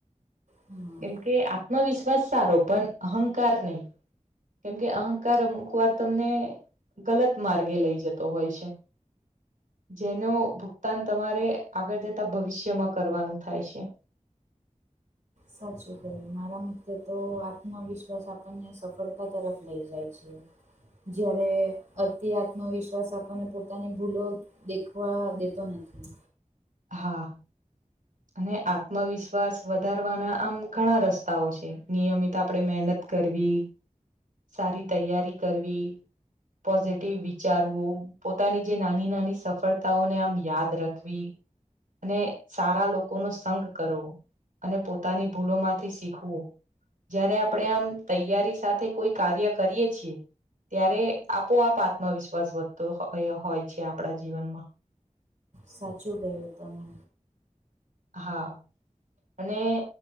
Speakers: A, on the right (about 65°); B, on the right (about 85°).
A: હમ
B: કેમ કે આત્મવિશ્વાસ સારો પણ અહંકાર નહી કેમ કે અહંકાર અમુક વાર તમને ગલત માર્ગે લઈ જતો હોય છે જેનો ભુગતાન તમારે આગળ જતા ભવિષ્યમાં કરવાનું થાય છે
A: સાચું કય મારા મતે તો આત્મવિશ્વાસ આપણને સફળતા તરફ લઇ જાય છે
B: <inaudible>
A: જ્યારે અતિ આત્મવિશ્વાસ આપણને પોતાની ભૂલો દેખવા દેતો નથી
B: હા અને આત્મવિશ્વાસ વધારવાના આમ ઘણા રસ્તાઓ છે નિયમિત આપડે મહેનત કરવી સારી તૈયારી કરવી પોઝિટીવ વિચારવું પોતાની જે નાની નાની સફળતાઓને આમ યાદ રાખવી. અને સારા લોકોનો સંગ કરવો અને પોતાની ભૂલોમાંથી શીખવું. જયારે આપડે આમ તૈયારી સાથે કોઈ કાર્ય કરીએ છીએ. ત્યારે આપોઆપ આત્મવિશ્વાસ વધતો હોય છે આપડા જીવનમાં
A: સાચું કહ્યું તમે.
B: હા અને